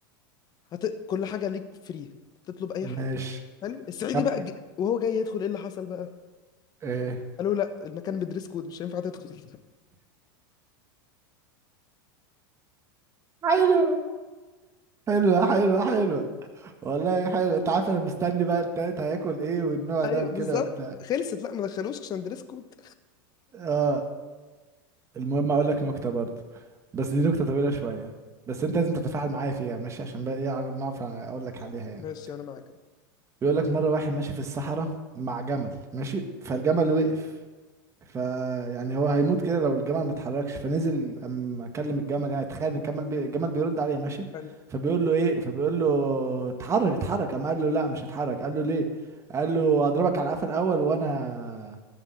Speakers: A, on the left; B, on the right.
A: هت... كل حاجة ليك فري تطلب اي
B: ماشي
A: حاجة حلو السعيدي
B: كم
A: بقى جي... وهو جاي يدخل ايه اللي حصل بقى
B: ايه
A: قالوا لا المكان بدريس كود مش هينفع تدخل <laughs>
B: حلو حلوة حلوة حلوة والله حلو انت عارف انا مستني بقى التالت هياكل ايه والنوع
A: ايوه
B: ده وكده
A: بالظبط
B: وبتاع
A: خلصت لا ما دخلوش عشان دريس كود
B: اه المهم اقول لك نكته برضه بس دي نكته طويله شويه بس انت لازم تتفاعل معايا فيها ماشي عشان بقى ايه على نعرف اقول لك عليها يعني
A: ماشي انا معاك
B: بيقول لك مره واحد ماشي في الصحراء مع جمل ماشي فالجمل
A: حلو
B: وقف فيعني هو هيموت كده لو الجمل ما اتحركش فنزل اما كلم الجمل يعني تخيل ان الجمل بي... الجمل بيرد عليه ماشي
A: حلو
B: فبيقول له ايه فبيقول له اتحرك اتحرك اما قال له لا مش هتحرك قال له ليه قال له اضربك على قفا الاول وانا